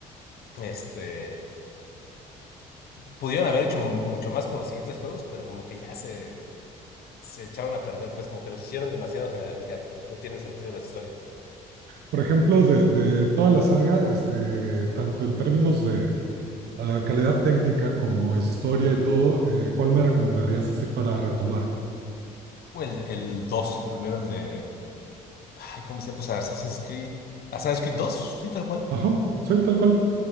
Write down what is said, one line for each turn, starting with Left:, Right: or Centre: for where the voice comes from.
Left: este, pudieron haber hecho mu- mucho más con los siguientes juegos, pero como que ya se, se echaron a perder, pues como que los hicieron demasiado generales ya, no tienen sentido las historias.
Right: Por ejemplo, de, de toda la saga, este, tanto en términos de ah, calidad técnica como historia y todo, eh, ¿cuál me recomendarías así para retomar?
Left: O el, el 2, el primero, el de, ay, ¿cómo se llama? Pues Assassin's Creed, Assassin's Creed 2, sí, tal cual.
Right: Ajá, sí, tal cual.